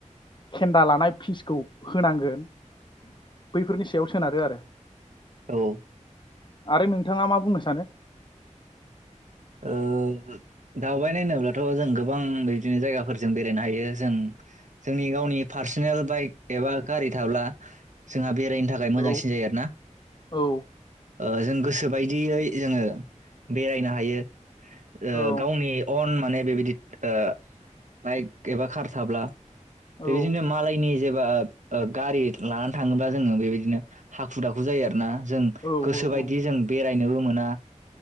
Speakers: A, on the left; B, on the right.
A: खेन्दा लानाय फिसखौ होनांगोन बैफोरनि सायाव सोनारो आरो
B: औ
A: आरो नोंथाङा मा बुंनो सानो?
B: ओ दावबायनाय होनोब्लाथ' जों गोबां बिदिनो जायगाफोरजों बेरायनो हायो जों जोंनि गावनि पार्सनेल बाइक एबा गारि थाब्ला जोंहा बेरायनो थाखाय मोजांसिन
A: औ
B: जायो आरोना
A: औ
B: ओ जों गोसोबायदियै जोङो बेरायनो हायो। ओ
A: औ
B: गावनि अन माने बेबायदि ओ बाइक एबा कार थाब्ला
A: औ
B: बे‌ बादिनो मालायनि जेबा ओ गारि लानानै थाङोब्ला जोङो बेबायदिनो हाखु दाखु जायो आरोना। जों
A: औ
B: गोसोबायदि
A: औ औ
B: जों बे रायनोबो मोना